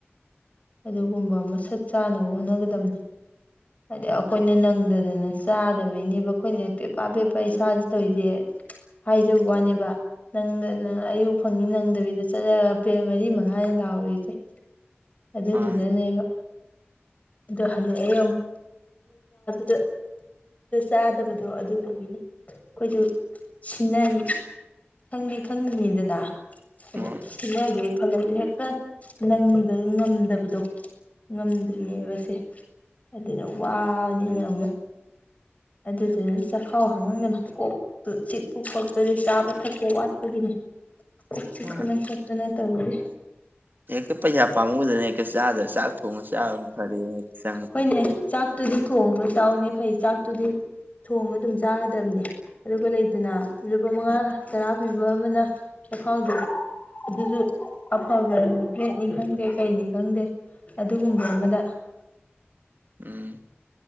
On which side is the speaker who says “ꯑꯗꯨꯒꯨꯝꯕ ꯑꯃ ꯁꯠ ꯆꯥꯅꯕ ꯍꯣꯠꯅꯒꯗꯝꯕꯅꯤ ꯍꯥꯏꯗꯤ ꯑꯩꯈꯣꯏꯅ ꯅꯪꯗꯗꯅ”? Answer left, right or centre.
Left